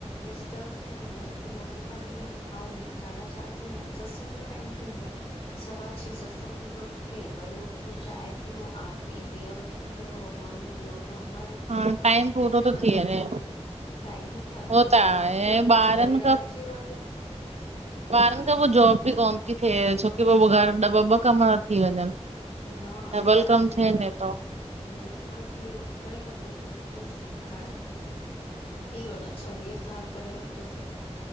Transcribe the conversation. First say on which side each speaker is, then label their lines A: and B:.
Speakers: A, on the left; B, on the right.
A: मिस्टर अचन उन्हनि खे रोटी पाणी ॾियूं खाऊं साढा चार थी वेंदा आहिन, सत्संग जो टाइम थी वेंदो आ। सवा छए सत्संग जो थिए वरी उथूं चाय पियो आरती दीया बती कयो भॻवान जी जोत जोत बारियो
B: हा टाइम
A: वॉक
B: पूरो
A: ते हली
B: थो
A: वञो।
B: थी वञे
A: टाइम ई आ
B: उहो
A: अध कलाक
B: त आहे
A: वॉक करे
B: ऐं
A: अचो
B: ॿारनि
A: वरी रात जी रोटी।
B: ॿारन खां पो जॉब बि कोन थी थिए छोकी पोइ घर ॿ ॿ कम था थी वञनि
A: मां
B: डबल
A: त आड़ए।
B: कम थिए न थो।
A: जेतिरो थी वियो करे वरितोसीं बस हाणे थी वियो न छवीय साल करे वरतोसे।